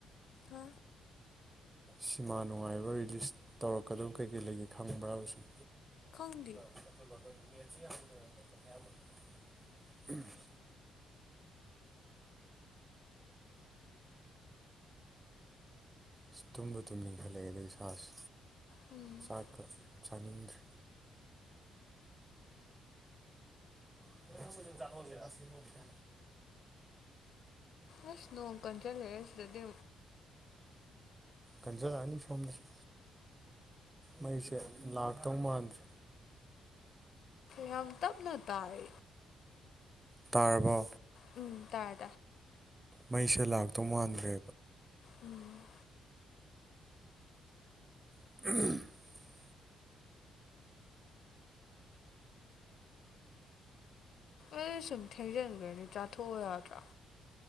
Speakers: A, on the left (about 65°); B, on the right (about 15°).
A: ꯍꯥ
B: ꯁꯤꯃꯥ ꯅꯨꯡꯉꯥꯏꯕ ꯔꯤꯂꯤꯁ ꯇꯧꯔꯛꯀꯗꯕ ꯀꯩꯀꯩ ꯂꯩꯒꯦ ꯈꯪꯕ꯭ꯔꯕꯁꯨꯝ
A: ꯈꯪꯗꯦ
B: <unintelligible> ꯑꯁ ꯇꯨꯝꯕ ꯇꯨꯝꯅꯤꯡꯈꯠꯂꯛꯑꯦꯗ ꯏꯁꯥꯁꯦ
A: ꯎꯝ
B: ꯆꯥꯛꯀ ꯆꯥꯅꯤꯡꯗ꯭ꯔꯦ <unintelligible>
A: ꯑꯁ ꯅꯣꯡ ꯀꯟꯖꯜꯂꯛꯑꯦ ꯁꯤꯗꯗꯤ
B: ꯀꯟꯖꯟꯂꯛꯑꯅꯤ ꯁꯣꯝꯗꯁꯨ ꯃꯩꯁꯦ ꯂꯥꯛꯇꯧ ꯃꯥꯟꯗ꯭ꯔꯦ
A: ꯌꯥꯝ ꯇꯞꯅ ꯇꯥꯏ
B: ꯇꯥꯔꯕꯣ
A: ꯎꯝ ꯇꯥꯏ
B: ꯃꯩꯁꯦ ꯂꯥꯛꯇꯧ ꯃꯥꯟꯗ꯭ꯔꯦ
A: ꯎꯝ
B: <unintelligible>
A: ꯑꯁ ꯁꯨꯝ ꯊꯦꯡꯖꯥꯟꯈ꯭ꯔꯅꯤ ꯆꯥꯊꯣꯛꯑꯣ ꯌꯥꯗ꯭ꯔꯣ